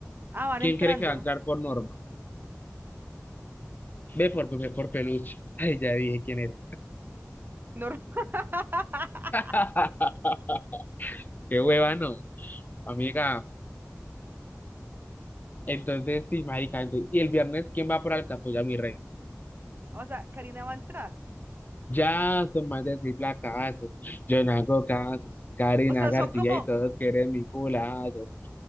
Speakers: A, on the right; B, on the left.
A: Ah, van
B: ¿Quién
A: entrando.
B: cree que va a entrar por Norma? Ve por, ve por peluche. Ay, ya dije quién era.
A: Normal. <laughs>
B: <laughs> Qué hueva, no. Amiga. Entonces, sí, marica, ente- y el viernes, ¿quién va por alta? Pues ya mi rey.
A: O sea, Karina va a entrar.
B: Ya son más de seis placazos, yo no hago casos, Karina
A: O sea,
B: García
A: son como,
B: y todos quieren mi culazo.